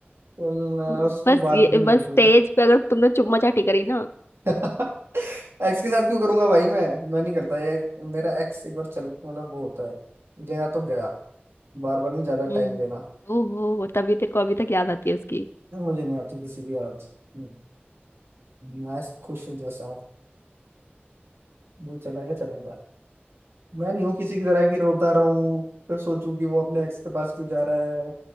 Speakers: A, on the right; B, on the left.
A: चलना
B: हम्म,
A: उस तो
B: बस
A: बात
B: ये
A: भी नहीं
B: बस
A: होती
B: स्टेज
A: हुई
B: पे अगर तुमने चुम्मा चाटी करी ना
A: <laughs> एक्स के साथ क्यों करूंगा भाई मैं मैं नहीं करता ये मेरा एक्स एक बार चल मतलब वो होता है गया तो गया बार बार नहीं ज्यादा
B: हम्म,
A: टाइम
B: हम्म।
A: देना
B: ओहो तभी तेरे को अभी तक याद आती है उसकी
A: मुझे नहीं आती किसी की याद हम्म, मैं खुश हूँ जैसा हूँ। वो चला गया चला गया मैं नहीं हूँ किसी की तरह की रोता रहूं फिर सोचूं कि वो अपने एक्स के पास क्यों जा रहा है